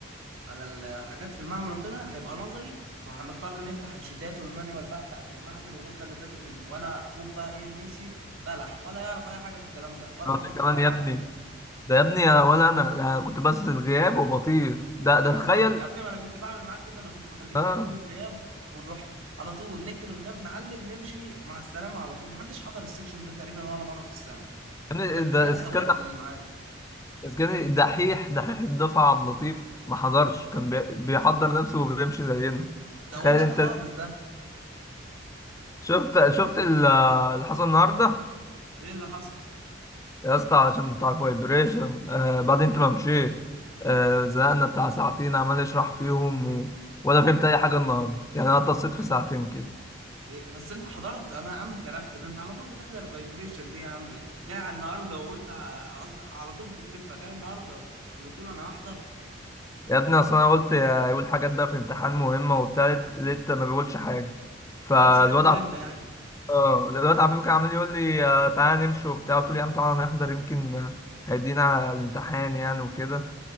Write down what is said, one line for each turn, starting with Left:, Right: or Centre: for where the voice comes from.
Right: على الحاجات في المعمل وكده هيبقى نظري فهنضطر نفتح الشيتات والمانيوال بقى بتاعه المعمل ونفضل نذاكر منها وانا اخوك بقى ايه منيسي بلح ولا يعرف اي حاجه في الكلام ده ولا
Left: أنا
Right: حضرت
Left: أقول لك كمان
Right: ولا معمل
Left: يا ابني ده يا ابني أنا- ولا انا أنا كنت بس الغياب وبطير ده
Right: ما
Left: ده
Right: انا
Left: تخيل
Right: كنت يا ابني ما انا كنت بعمل معاك كده انا كنت بخليك
Left: اه
Right: تكتب لي الغياب ونروح على طول نكتب الغياب نعلم نمشي مع السلامه على طول محدش حضر السكشن ده تقريبا ولا مره في السنه
Left: يعني
Right: غير العيال
Left: ده اسكان
Right: الاوائل اللي معانا
Left: اسكان دحيح دحيح الدفعه عبد اللطيف ما حضرش كان بي- بيحضر نفسه وبيمشي زينا
Right: ده
Left: تخيل
Right: وجع
Left: انت
Right: خالص ده
Left: شفت شفت ال- اللي حصل النهارده
Right: ايه اللي حصل
Left: يا اسطى عشان بتاع الفايبريشن آه بعدين انت ما مشيت آه زهقنا بتاع ساعتين عمال اشرح فيهم و... ولا فهمت اي حاجه النهارده يعني انا اتصلت في ساعتين كده
Right: إيه بس انت حضرت انا يا عم كرفت ده انت على طول بتحضر فايبريشن دي يا عم جاي على النهارده وقلت ع- قصدي على طول بتكرفها جاي النهارده وتقول انا هحضر
Left: يا ابني اصل انا قلت يقول حاجات بقى في الامتحان مهمه وبتاع لقيت ما بيقولش حاجه فالواد
Right: ما قالش حاجه مهمه
Left: عف-
Right: يعني
Left: اه الواد عفيف كان عمال يقول لي آه، تعالى نمشي وبتاع قلت له يا عم تعالى نحضر يمكن آه، هيدينا الامتحان يعني وكده